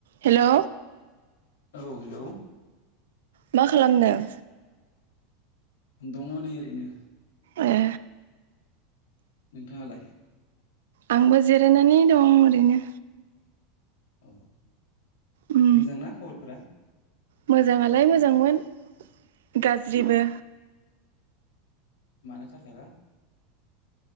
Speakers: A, on the right; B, on the left.
A: Hello
B: औ hello
A: मा खालामदों
B: दङ नै ओरैनो
A: ए
B: नोंथाङालाय
A: आंबो जिरायनानै दं ओरैनो
B: अ
A: उम
B: मोजांना खबरफोरा
A: मोजाङालाय मोजांमोन गाज्रिबो
B: मानो थाखायबा